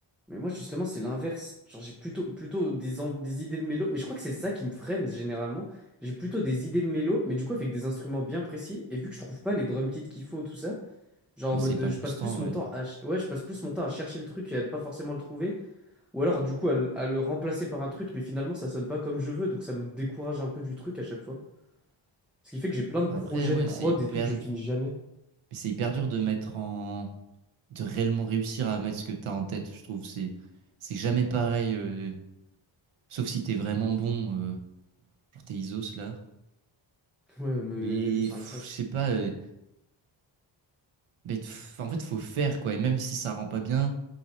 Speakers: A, in the centre; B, on the right.
A: Mais moi, justement, c'est l'inverse. Genre, j'ai plutôt, plutôt des, en- des idées de mélo. Mais je crois que c'est ça qui me freine généralement. J'ai plutôt des idées de mélo, mais du coup, avec des instruments bien précis. Et vu que je trouve pas les drum kits qu'il faut, tout ça, genre
B: Mais
A: en mode
B: c'est hyper
A: de- je
B: frustrant,
A: passe plus mon
B: ouais.
A: temps à, ch- ouais, je passe plus mon temps à chercher le truc et à ne pas forcément le trouver. Ou alors, du coup, à, le à le remplacer par un truc, mais finalement, ça sonne pas comme je veux. Donc, ça me décourage un peu du truc à chaque fois. Ce qui fait que j'ai plein de
B: Après,
A: projets
B: ouais,
A: de prod
B: c'est hyper.
A: et tout que je finis jamais.
B: Mais c'est hyper dur de mettre en. De réellement réussir à mettre ce que t'as en tête, je trouve. C'est c'est jamais pareil. euh, Sauf si t'es vraiment bon. euh, Genre t'es Isos là.
A: Ouais, mais
B: Mais
A: lui, c'est
B: pff,
A: un crack.
B: je sais pas. euh, Mais pff, en fait, faut faire quoi. Et même si ça rend pas bien,